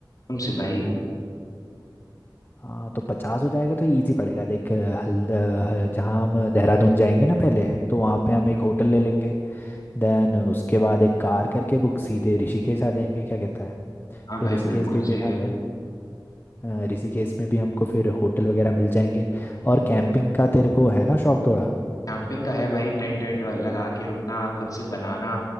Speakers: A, on the left; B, on the left.
A: तुमसे भाई
B: हाँ तो पचास हो जाएगा तो इजी पड़ेगा देख अ, हल- अ, ह- जहाँ हम देहरादून जाएंगे ना पहले तो वहाँ पे हम एक होटल ले लेंगे देन उसके बाद एक कार करके बुक सीधे ऋषिकेश आ जाएंगे क्या कहता है
A: हाँ
B: फिर
A: भाई
B: ऋषिकेश
A: बिल्कुल
B: भी
A: सही
B: भी हमें
A: है
B: अ, ऋषिकेश में भी हमको फिर होटल वगैरह मिल जाएंगे और कैंपिंग का तेरे को है ना शौक थोड़ा
A: कैंपिंग का है भाई टेंट वेंट लगा के रुकना खुद से बनाना